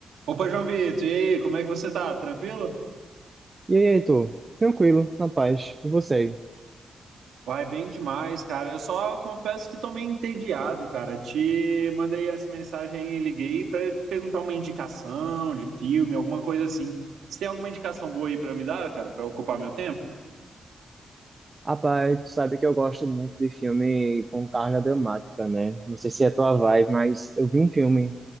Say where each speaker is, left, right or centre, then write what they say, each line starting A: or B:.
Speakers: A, on the right; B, on the right.
A: Opa, João Vitor, e aí, como é que você tá? Tranquilo?
B: E aí, Heitor? Tranquilo, na paz. E você?
A: Vai bem demais, cara. Eu só confesso que tô meio entediado, cara. Te mandei essa mensagem aí, e liguei pra perguntar uma indicação de filme, alguma coisa assim. Você tem alguma indicação boa aí pra me dar, cara, pra ocupar meu tempo?
B: Rapaz, tu sabe que eu gosto muito de filme com carga dramática, né? Não sei se é a tua vibe, mas eu vi um filme